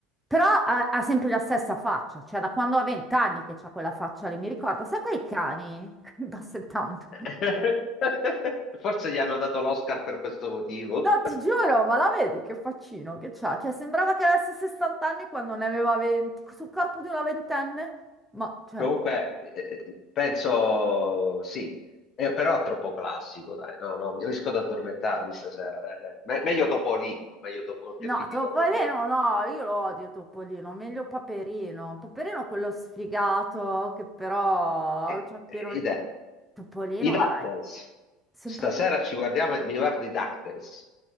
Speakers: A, in the centre; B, on the left.
A: Però ha, ha sempre la stessa faccia, cioè da quando ha vent'anni che c'ha quella faccia lì, mi ricordo, sai quei cani, <laughs> quei basset hound,
B: <laughs> Forse gli hanno dato l'Oscar per questo motivo.
A: No, ti giuro, ma la vedi che faccino che c'ha? Cioè, sembrava che avesse 60 anni quando ne aveva 20, sul corpo di una ventenne. Ma, cioè,
B: Comunque, eh, penso sì, Eh, però è troppo classico, dai. No, no, mi rischio di addormentarmi stasera, dai, dai. Me- meglio Topolino, meglio Topo- che
A: no,
B: film
A: Topolino,
B: di Topolino.
A: no, io lo odio Topolino, meglio Paperino. Paperino quello sfigato che però
B: Eh,
A: c'ha appena...
B: eh,
A: le-
B: idea.
A: Topolino,
B: I DuckTales.
A: dai, sempre
B: Stasera
A: quello...
B: ci guardiamo e mi guardo i DuckTales,